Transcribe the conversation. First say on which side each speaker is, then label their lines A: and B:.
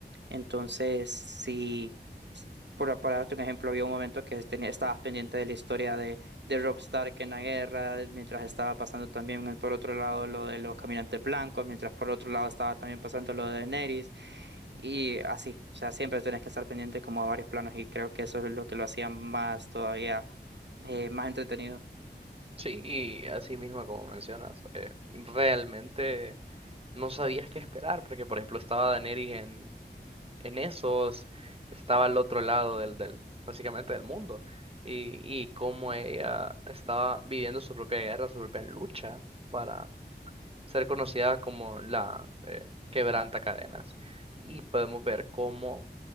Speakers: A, on the right (about 80°); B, on the right (about 30°).
A: Entonces, si, s- por, por darte un ejemplo, había un momento que tenía, estabas pendiente de la historia de, de Robb Stark en la guerra, mientras estaba pasando también el- por otro lado lo de los caminantes blancos, mientras por otro lado estaba también pasando lo de Daenerys, y así, o sea, siempre tenés que estar pendiente como a varios planos, y creo que eso es lo que lo hacía más todavía, eh, más entretenido.
B: Sí, y así mismo como mencionas, eh, realmente... no sabías qué esperar, porque por ejemplo estaba Daenerys en, en esos, estaba al otro lado del, del, básicamente del mundo, y, y cómo ella estaba viviendo su propia guerra, su propia lucha para ser conocida como la eh, quebranta cadenas, y podemos ver cómo